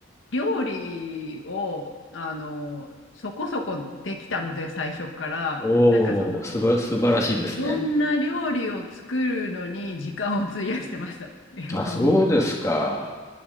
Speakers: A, on the left; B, on the left.
A: 料理を、あの、そこそこできたので、最初から。
B: おお、
A: なんかその、
B: すば、素晴らしいですね。
A: いろんな料理を作るのに時間を費やしてました。今思うと。
B: あ、そうですか。